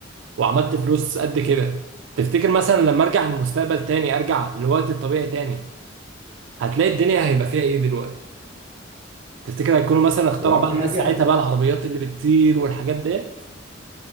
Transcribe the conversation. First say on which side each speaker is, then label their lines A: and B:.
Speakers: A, on the right; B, on the right.
A: وعملت فلوس قد كده تفتكر مثلا لما ارجع المستقبل تاني ارجع لوقت الطبيعي تاني هتلاقي الدنيا هيبقى فيها ايه دلوقتي تفتكر هيكونوا مثلا اخترعوا
B: هو اهم
A: بقى الناس
B: حاجه
A: ساعتها بقى العربيات اللي بتطير والحاجات ديت